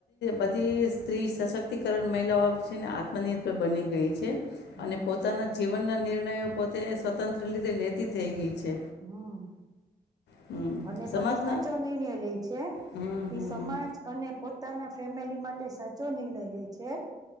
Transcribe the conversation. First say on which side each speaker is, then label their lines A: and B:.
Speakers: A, on the right (about 20°); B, on the left (about 80°).
A: એ.
B: બધી સ્ત્રી સશક્તિકરણ મહિલાઓ આમ છે ને આત્મનિર્ભર બની ગઈ છે.
A: હમ
B: અને પોતાના જીવનના નિર્ણયો પોતે સ્વતંત્ર રીતે લેતી થઈ ગઈ. છે
A: હમ.
B: હમ
A: અને
B: સમાજના
A: પણ એ સાચો નિર્ણય લે છે
B: હમ હમ
A: એ સમાજ
B: હમ
A: અને પો પોતાના ફેમિલી માટે સાચો નિર્ણય લે છે.